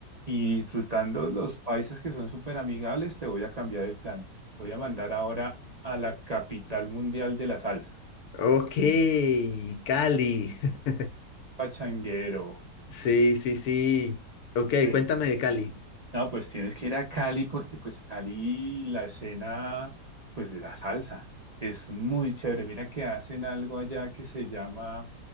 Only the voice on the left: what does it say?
Ok, Cali. <laughs>
Sí, sí, sí. Ok,
cuéntame de Cali.